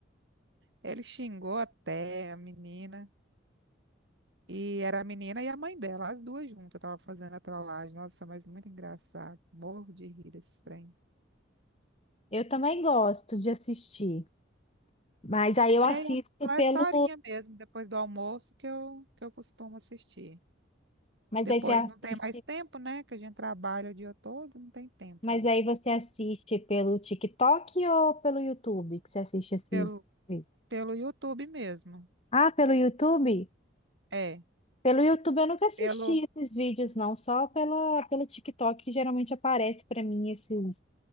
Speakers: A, on the right; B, on the left.
A: Ele xingou até a menina. E era a menina e a mãe dela, as duas juntas, tava fazendo a trollagem. Nossa, mas muito engraçado. Morro de rir desse trem.
B: Eu também gosto de assistir, mas aí eu
A: É
B: assisto
A: é só essa
B: pelo.
A: horinha mesmo, depois do almoço, que eu, que eu costumo assistir.
B: Mas
A: Depois
B: aí você assiste.
A: não tem mais tempo, né? Que a gente trabalha o dia todo, não tem tempo.
B: Mas aí você assiste pelo TikTok ou pelo YouTube que você assiste esses
A: Pelo,
B: vídeos?
A: pelo YouTube mesmo.
B: Ah, pelo YouTube?
A: É,
B: Pelo YouTube eu nunca assisti
A: pelo,
B: esses vídeos, não, só pela, pelo TikTok que geralmente aparece pra mim esses,